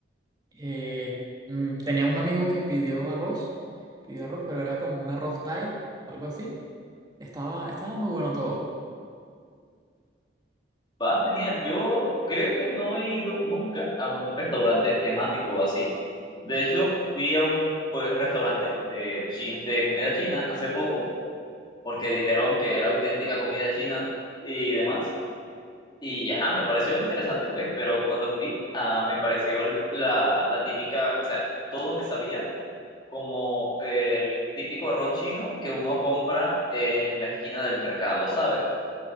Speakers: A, on the right; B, on the left.
A: Eh, mm, tenía un amigo que pidió arroz, pidió arroz, pero era como un arroz Thai o algo así. Estaba, estaba muy bueno todo.
B: Va, genial. Yo creo que no he ido nunca a un restaurante temático así. De hecho, fui a un pues, restaurante de, chin- de comida china hace poco, porque dijeron que era auténtica comida china y demás. Y ajá, me pareció interesante, pues, pero cuando fui, ah, me pareció la, la típica, o sea, todo me sabía como el típico arroz chino que uno compra en la esquina del mercado, ¿sabes?